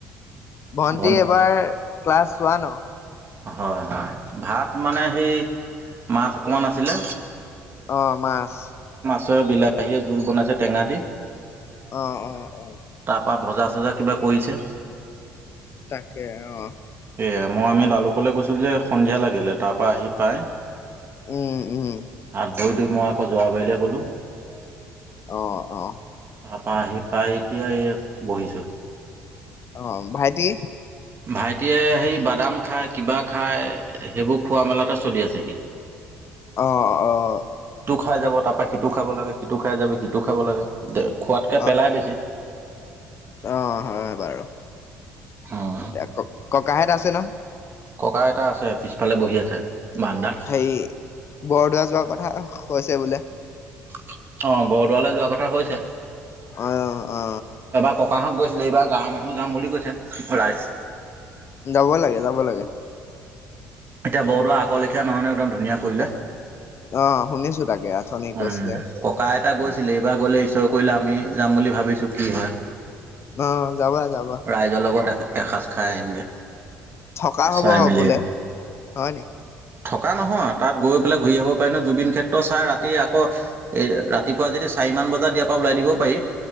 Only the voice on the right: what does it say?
ভন
হয় হয় ভাত মানে সেই মাছ অকণমান আছিলে।
তই বিলাহীয়ে জোল বনাইছে টেঙা দি
বা ভজা-চজা কিবা কৰিছে
সেয়ে মই আমি লালুকলৈ গৈছিলো যে সন্ধিয়া লাগিলে, তাৰ পৰা আহি পাই
হাত ভৰি ধুই মই আকৌ যোৱা বাৰিলে গলো।
তাৰপা আহি পাই, এতিয়া এইয়া বহিছো।
ভাইটিয়ে সেই বাদাম খায় কিবা খায়, সেইবোৰ খোৱা মেলাতে চলি আছে সি
খাই যাব তাৰ পৰা সিটো খাব লাগে, সিটো খাই যাব সিটো খাব লাগে, খোৱাতকে
পেলাই বেছি।
উম।
ককা-আইতা আছে, পিছফালে বহি আছে। বাৰান্দাত।
অ', বৰদোৱালে যোৱা কথা হৈছে।
এবাৰ ককাহত গৈছিলে, এইবাৰ গাঁৱৰ মানুহো যাম বুলি কৈছে। ৰাইজ
এতিয়া বৰদোৱা আগৰ লেখীয়া নহয় ন, একদম ধুনীয়া কৰিলে। উম,
ককা আইতা গৈছিলে
এইবাৰ গ'লে ঈশ্বৰৰে কৰিলে আমি যাম বুলি ভাবিছোঁ, কি হয়।
ৰাইজৰ লগত এ-এসাঁজ খাই আহিম গে।
চাই
মেলি
থকা নহয়, তাত গৈ পেলাই ঘূৰি আহিব পাৰি ন। জুবিন ক্ষেত্ৰ চাই ৰাতি আকৌ, এ ৰাতিপুৱা যদি চাৰি মান বজাত ইয়াৰ পৰা ওলাই দিব পাৰি।